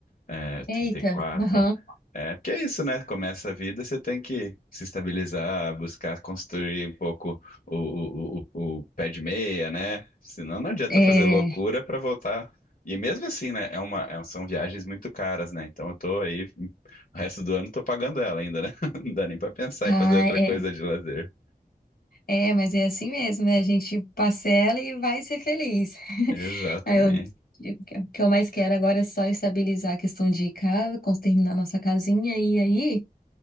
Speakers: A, on the left; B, on the left.
A: é, trinta
B: Eita,
A: e quatro,
B: aham.
A: É, porque é isso, né? Começa a vida, você tem que se estabilizar, buscar construir um pouco o, o, o, o pé de meia, né? Senão não adianta
B: É,
A: fazer loucura para voltar. E mesmo assim, né? É uma, é- são viagens muito caras, né? Então eu tô aí, o resto do ano eu tô pagando ela ainda, né? <laughs> Não dá nem para pensar
B: ah,
A: em fazer outra
B: é.
A: coisa de lazer.
B: É, mas é assim mesmo, né? A gente parcela e vai ser feliz. <laughs>
A: Exatamente.
B: Aí eu, o que eu mais quero agora é só estabilizar a questão de casa, cons- terminar nossa casinha e aí,